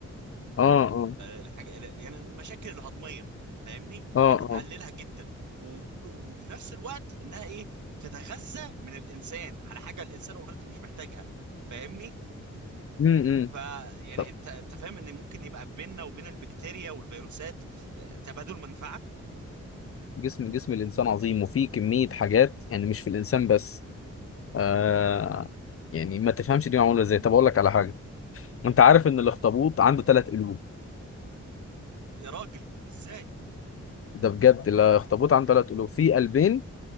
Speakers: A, on the left; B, on the right.
A: اه اه
B: الحاجة يعني المشاكل الهضمية فاهمني
A: اه
B: بتقللها
A: اه
B: جدا وب- وفي نفس الوقت انها ايه تتغذى من الانسان على حاجة الانسان اوريدي مش محتاجها فاهمني
A: مم، مم.
B: ف يعني
A: طب
B: انت انت فاهم ان ممكن يبقى بيننا وبين البكتيريا والفيروسات آه، تبادل منفعة
A: جسم جسم الانسان عظيم وفيه كميه حاجات يعني مش في الانسان بس آه يعني ما تفهمش دي معموله ازاي طب اقول لك على حاجه انت عارف ان الاخطبوط عنده ثلاث قلوب
B: يا راجل ازاي
A: ده بجد الاخطبوط عنده ثلاث قلوب في قلبين